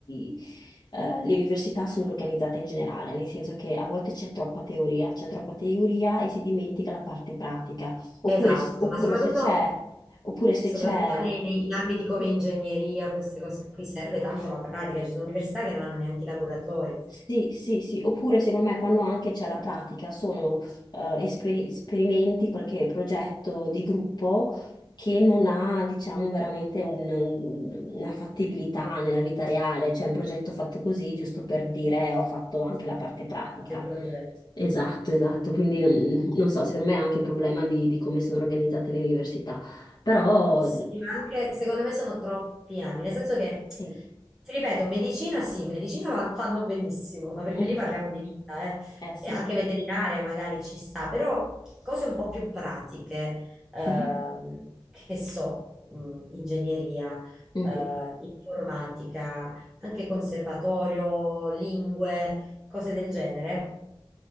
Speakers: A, on the left (about 50°); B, in the centre.
A: i- eh, le università sono organizzate in generale, nel senso che a volte c'è troppa teoria, c'è troppa teoria e si dimentica la parte pratica, oppure,
B: esatto,
A: oppure
B: ma soprattutto,
A: se c'è, oppure se
B: soprattutto
A: c'è...
B: nei- nei- in ambiti come
A: sì,
B: ingegneria, queste cose qui serve tanto la pratica, ci sono università che non hanno neanche i laboratori.
A: Sì, sì, sì, oppure secondo me quando anche c'è la pratica, sono eh, esperi- esperimenti, qualche progetto di gruppo che non ha, diciamo, veramente un- un- una fattibilità nella vita reale, cioè un progetto fatto così, giusto per dire "Eh, ho fatto anche la parte pratica.
B: fatto il progetto.
A: Esatto, esatto, quindi non, non so, secondo me è anche un problema di, di come sono organizzate le università, però
B: Sì, ma anche secondo me sono troppi anni, nel senso che,
A: sì,
B: ti ripeto, medicina sì, medicina va- fanno benissimo, ma perché
A: mm,
B: lì parliamo di vita, eh.
A: eh sì.
B: E anche veterinaria magari ci sta, però cose un po' più pratiche, ehm,
A: Mhm.
B: che so, mh, ingegneria,
A: Mm,
B: eh, informatica, anche conservatorio, lingue, cose del genere.